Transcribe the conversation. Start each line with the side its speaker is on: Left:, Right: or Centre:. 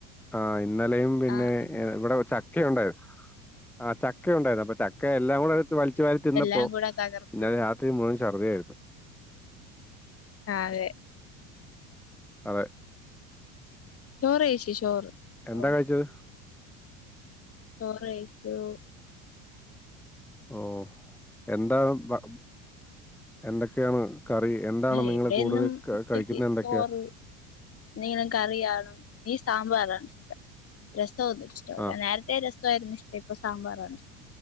Centre: ആ ഇന്നലെയും പിന്നെ
Left: ആഹ് ആഹ്
Centre: ഇവിടെ വെ ചക്കയുണ്ടായി ആ ചക്ക ഉണ്ടായിരുന്നു അപ്പൊ ചക്ക എല്ലാം കൂടെ എട് വലിച്ചു വാരി തിന്നപ്പൊ
Left: എല്ലാം കൂടെ തകർത്തു
Centre: ഇന്നാലെ രാത്രി മഴുവൻ ചർദിയായിരുന്നു
Left: ആ അതെ
Centre: അതെ
Left: ചോറെയ്ച്ച് ചോറ് ചോറ്
Centre: എന്താ കഴിച്ചത്
Left: ചോറ് കഴിച്ചു
Centre: ഓ എന്താണ് ബ എന്തൊക്കെയാണ് കറി? എന്താണ്
Left: ആഹ്
Centre: നിങ്ങൾ
Left: ഇവിടെന്നും
Centre: കൂടുതൽ
Left: ഉച്ചക്ക്
Centre: കഴിക്കുന്നത് എന്തൊക്കെയാ?
Left: ചോറ് എന്തെങ്കിലും കറികാണും ഈ സാമ്പാറാണ് ഇഷ്ടം രസം ഒന്നും ഇഷ്ട അല്ല
Centre: ആ
Left: നേര് റ്റേ രസായിരുന്നു ഇഷ്ട ഇപ്പ സാമ്പാറാണ് ഇഷ്